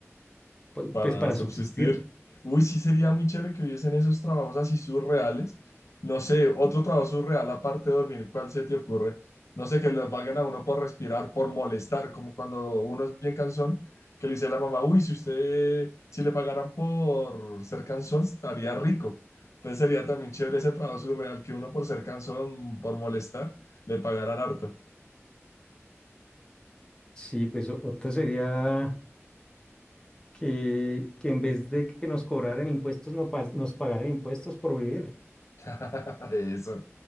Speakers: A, on the left; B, on the left.
A: pu-
B: para
A: pues, para
B: subsistir.
A: subsistir.
B: Uy, sí sería muy chévere que hubiesen esos trabajos así surreales. No sé, otro trabajo surreal aparte de dormir, ¿cuál se te ocurre? No sé, que le paguen a uno por respirar, por molestar, como cuando uno es bien cansón, que le dice a la mamá, uy, si usted, si le pagaran por ser cansón, estaría rico. Entonces sería también chévere ese trabajo surreal, que uno por ser cansón, por molestar, le pagaran harto.
A: Sí, pues o- otra sería que, que en vez de que nos cobraran impuestos, no pas- nos pagaran impuestos por vivir. <laughs>
B: <laughs> Eso,